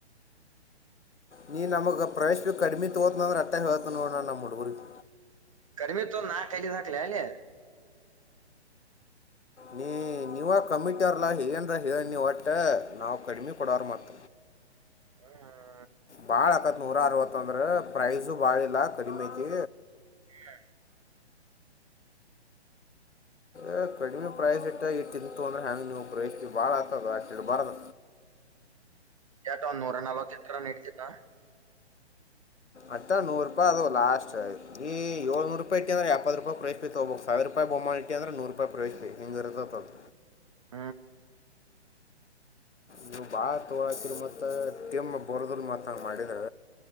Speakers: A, on the left (about 80°); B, on the right (about 30°).
A: ನೀ ನಮಗ್ ಪ್ರೈಸ್ ಕಡಿಮೆ ತಗೋತಿನ್ನಂದ್ರ ಅಷ್ಟೇ ಹೇಳ್ತೀನ್ ನೋಡ್ ನಾ ನಮ್ ಹುಡುಗರ್ಗೆ.
B: ಕಡಿಮಿ ತಗೊಂಡ್ ನಾ ಕೈಲಿಂದ್ ಹಾಕ್ಲಿ ಅಲ್ಲಿ.
A: ನೀ ನೀವ ಕಮಿಟಿಯವ್ರ್ಲಾ ಏನ್ಲಾ ಹೇಳಿ ನೀವ್ ಒಟ್ಟ ನಾವ್ ಕಡಿಮಿ ಕೊಡೋರ್ ಮತ್ತ.
B: <unintelligible>
A: ಭಾಳ ಆಕತ್ ನೂರ ಅರವತ್ ಅಂದ್ರ ಪ್ರೈಸ ಭಾಳ ಇಲ್ಲ ಕಡಿಮಿ ಐತಿ.
B: ಹಾ.
A: ಏ ಕಡಿಮೆ ಪ್ರೈಸ್ ಇಟ್ಟ ಈ ತಿಂತು ಅಂದರೆ ಹ್ಯಾಂಗ್ ನೀವು ಪ್ರೈಸ್ ನೀವು ಭಾಳ ಆತ್ ಅದು ಅಷ್ಟ್ ಇಡಬಾರ್ದ್.
B: ಎಟ್ ಒಂದ್ ನೂರಾ ನಲವತ್ ಇಟ್ರೆ ನಡೆತೈತಾ.
A: ಅತ್ತ ನೂರು ರೂಪಾಯಿ ಅದು ಲಾಸ್ಟ್ ಈ ಏಳ್ನೂರು ರೂಪಾಯಿ ಇಟ್ಟಿ ಅಂದ್ರ ಎಪ್ಪತ್ತು ರೂಪಾಯಿ ಪ್ರೈಸ್ ನೀ ತಗೋಬೇಕು ಸಾವಿರ ರೂಪಾಯಿ <inaudible> ಇಟ್ಟಿ ಅಂದ್ರೆ ನೂರು ರೂಪಾಯಿ ಪ್ರೈಸ್ ಹಿಂಗ್ ಇರುತೈತ್ ಅದ್.
B: <inaudible>
A: ನೀವು ಭಾಳ ತಗೊಳ್ಳತ್ತಿರಿ ಮತ್ತ ಟೀಮ್ ಬರೋದಿಲ್ಲ ಮತ್ ಹಾಗ್ ಮಾಡಿರೆ.